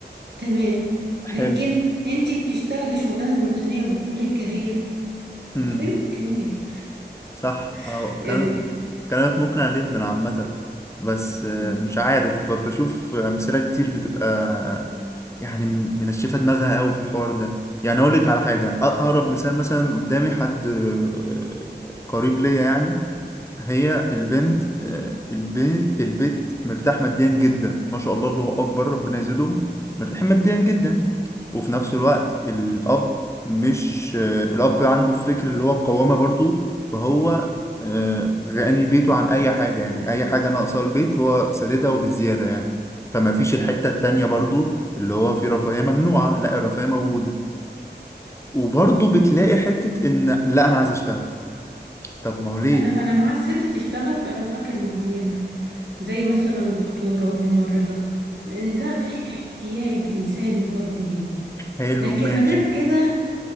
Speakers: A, on the right; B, on the left.
A: تمام لكن
B: حلو
A: انتي بتشتغلي شغلانة روتينية وبتقولي الكارير
B: مم.
A: طب فين الكارير
B: صح أو
A: <laughs> يعني
B: كلامك كلامك مقنع جدا عامة بس آه،
A: م.
B: مش عارف ب- بشوف أمثلة كتير بتبقى آه، يعني منشفة دماغها قوي في الحوار ده يعني أقول لك على حاجة أ- أقرب مثال مثلا قدامي حد آه، قريب ليا يعني هي البنت آه، البيت البيت مرتاح ماديا جدا ما شاء الله الله أكبر ربنا يزيدهم مرتاحين ماديا جدا وفي نفس الوقت الأب مش آه، الأب عنده الفكر اللي هو القوامة برضو فهو آه، غني بيته عن أي حاجة يعني أي حاجة ناقصة البيت هو ساددها وبالزيادة يعني فما فيش الحتة التانية برضو اللي هو في رفاهية ممنوعة لا الرفاهية موجودة وبرضو بتلاقي حتة إن لا أنا عايز أشتغل طب ما هو ليه؟
A: انا انا مع الست تشتغل في اماكن معينة زي مثلا دكتورة ممرضة لأن ده في احتياج إنساني برضو ليه
B: حلو
A: لكن
B: ماشي
A: غير كده